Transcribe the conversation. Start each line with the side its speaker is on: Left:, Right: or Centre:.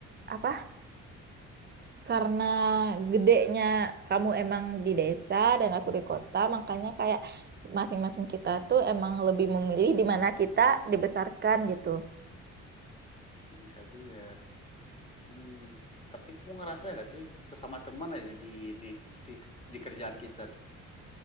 Right: apa karena gedenya kamu emang di desa dan aku di kota, makanya kayak masing-masing kita tuh emang lebih memilih di mana kita dibesarkan gitu.
Left: bisa juga Hmm, tapi kamu ngerasa gak sih sesama teman aja di ini di, di kerjaan kita tuh